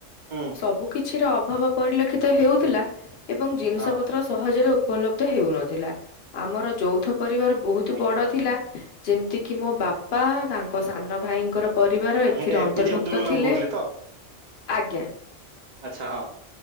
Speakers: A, on the right; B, on the left.
A: ହୁଁ
B: ସବୁ କିଛି ପଛିର ଅଭାବ ପରିଲକ୍ଷିତ ହେଉଥିଲା ଏବଂ ଜିନିଷ
A: ହଁ
B: ପତ୍ର ସହଜରେ ଉପଲବ୍ଧ ହେଉନଥିଲା ଆମର ଯୌଥ ପରିବାର ବହୁତ
A: ଆଜ୍ଞା।
B: ବଡ ଥିଲା। ଯେମିତି କିି ମୋ ବାପା ତାଙ୍କ ସାନ ଭାଇଙ୍କର ପରିବାର
A: ମାନେ
B: ଏଥିରେ
A: ଏଟେ ଏପିଜେ
B: ଅନ୍ତର୍ଭୁକ୍ତ
A: ଅବଦୁଲ କଲାମ
B: ଥିଲେ
A: କହୁଥିଲେ ତ
B: ଆଜ୍ଞା।
A: ଆଚ୍ଛା ହଁ।